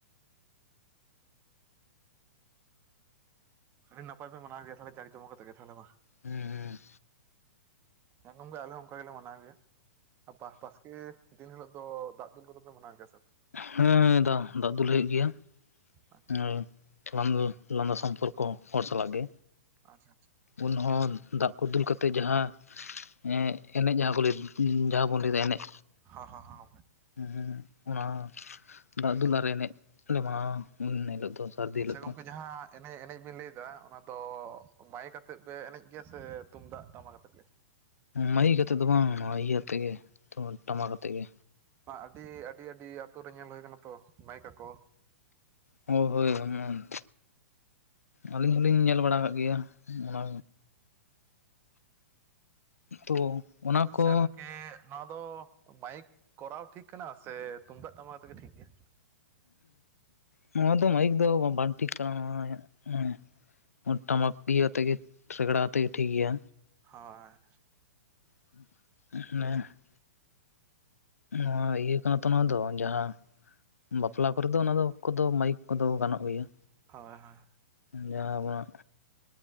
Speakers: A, on the right; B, on the left.
A: ᱟᱹᱰᱤ ᱱᱟᱯᱟᱭ ᱯᱮ ᱢᱟᱱᱟᱣ ᱜᱮᱭᱟ ᱛᱟᱦᱞᱮ ᱡᱟᱠ ᱡᱚᱢᱚᱠ ᱠᱟᱛᱮ ᱜᱮ ᱛᱟᱦᱞᱮ ᱵᱟᱝ?
B: ᱦᱩᱸ ᱦᱩᱸ᱾
A: ᱦᱮᱸ ᱜᱚᱢᱠᱮ ᱟᱞᱮ ᱦᱚ ᱚᱱᱠᱟ ᱜᱮᱞᱮ ᱢᱟᱱᱟᱣ ᱜᱮᱭᱟ᱾ ᱵᱟᱦ ᱵᱟᱥᱠᱮᱻ ᱫᱤᱱ ᱦᱤᱞᱳᱜ ᱫᱚ ᱫᱟᱜ ᱫᱩᱞ ᱠᱚᱫᱚ ᱯᱮ ᱢᱟᱱᱟᱣ ᱜᱮᱭᱟ ᱥᱮ ᱵᱟᱝ?
B: ᱦᱮᱸ ᱫᱟ ᱫᱟᱜ ᱫᱩᱞ ᱦᱩᱭᱩᱜ ᱜᱮᱭᱟ᱾
A: ᱵᱟᱝ?
B: ᱦᱳᱭ ᱞᱟᱸᱫᱟ ᱞᱟᱸᱫᱟ ᱥᱚᱢᱯᱚᱨᱠᱚ ᱦᱚᱲ ᱥᱟᱞᱟᱜ ᱜᱮ᱾
A: ᱟᱪᱪᱷᱟ ᱪᱷᱟ᱾
B: ᱩᱱᱦᱚᱸ ᱫᱟᱜ ᱠᱚ ᱫᱩᱞ ᱠᱟᱛᱮᱫ ᱡᱟᱦᱟᱸᱼᱼ ᱮ ᱮᱱᱮᱡ ᱡᱟᱦᱟᱸ ᱠᱚ ᱞᱟᱹᱭ ᱡᱟᱦᱟᱸ ᱵᱚᱱ ᱞᱟᱹᱭᱫᱟ ᱮᱱᱮᱡ᱾
A: ᱦᱚ ᱦᱚ ᱦᱚ
B: ᱦᱩᱸ ᱦᱩᱸ ᱚᱱᱟ ᱦᱚᱸ ᱫᱟᱜ ᱫᱩᱞ ᱟᱨ ᱮᱱᱮᱡ ᱞᱮ ᱢᱟᱱᱟᱣᱟ ᱩᱱ ᱦᱤᱞᱳᱜ ᱫᱚ᱾ ᱥᱟᱹᱨᱫᱤ
A: ᱟᱪᱪᱷᱟ
B: ᱦᱤᱞᱳᱜ ᱫᱚ
A: ᱜᱚᱝᱠᱮ ᱡᱟᱦᱟᱸᱼᱼ ᱮᱱᱮᱡ ᱮᱱᱮᱡ ᱵᱮᱱ ᱞᱟᱹᱭ ᱫᱟ ᱚᱱᱟ ᱫᱚ ᱢᱟᱭᱮᱠ ᱟᱛᱮᱫ ᱯᱮ ᱮᱱᱮᱡ ᱜᱮᱭᱟ ᱥᱮ ᱛᱩᱢᱫᱟᱜ ᱴᱟᱢᱟᱠ ᱟᱛᱮᱫ ᱜᱮ?
B: ᱢᱟᱭᱤᱠ ᱟᱛᱮᱫ ᱫᱚ ᱵᱟᱝ ᱱᱚᱣᱟ ᱤᱭᱟᱹ ᱛᱮᱜᱮ ᱴᱟᱢᱟᱠ ᱟᱛᱮ ᱜᱮ᱾
A: ᱟᱹᱰᱤ ᱟᱹᱰᱤ ᱟᱹᱰᱤ ᱟᱛᱳ ᱨᱮ ᱧᱮᱞ ᱦᱩᱭ ᱠᱟᱱᱟ ᱛᱚ ᱢᱟᱭᱤᱠ ᱟᱠᱚ᱾
B: ᱦᱳᱭ ᱦᱳᱭᱳᱢᱟᱲᱱ ᱟᱹᱞᱤᱧ ᱦᱚᱸᱞᱤᱧ ᱧᱮᱞ ᱵᱟᱲᱟ ᱠᱟᱜ ᱜᱮᱭᱟ ᱚᱱᱟᱼᱼ ᱛᱚ ᱚᱱᱟ
A: ᱟᱪᱪᱷᱟ
B: ᱠᱚ
A: ᱜᱚᱝᱠᱮ ᱟᱫᱚ ᱢᱟᱭᱤᱠ ᱠᱚᱨᱟᱣ ᱴᱷᱤᱠ ᱠᱟᱱᱟ ᱥᱮ ᱛᱩᱢᱫᱟᱜ ᱴᱟᱢᱟᱠ ᱛᱮᱜᱮ ᱴᱷᱤᱠ ᱜᱮᱭᱟ?
B: ᱱᱚᱣᱟ ᱫᱚ ᱢᱟᱭᱤᱠ ᱫᱚ ᱵᱟᱝ ᱴᱷᱤᱠ ᱠᱟᱱᱟ, ᱱᱚᱣᱟ ᱳᱧᱟᱜ ᱢᱚᱱᱮ ᱴᱟᱢᱟᱠ ᱤᱭᱟᱹ ᱟᱛᱮ ᱜᱮ ᱨᱮᱜᱲᱟ ᱟᱛᱮ ᱜᱮ ᱴᱷᱤᱠ ᱜᱮᱭᱟ᱾
A: ᱦᱳᱭ
B: <unintelligible> ᱱᱚᱣᱟ ᱤᱭᱟᱹ ᱠᱟᱱᱟ ᱛᱚ ᱱᱚᱣᱟ ᱫᱚ ᱡᱟᱦᱟᱸ ᱵᱟᱯᱞᱟ ᱠᱚᱨᱮ ᱫᱚ ᱚᱱᱟ ᱫᱚ ᱠᱚᱫᱚ ᱢᱟᱭᱤᱠ ᱠᱚᱫᱚ ᱜᱟᱱᱚᱜ ᱜᱮᱭᱟ᱾
A: ᱦᱳᱭ ᱦᱳᱭ᱾
B: ᱡᱟᱦᱟᱸ ᱟᱵᱚᱱᱟᱜ,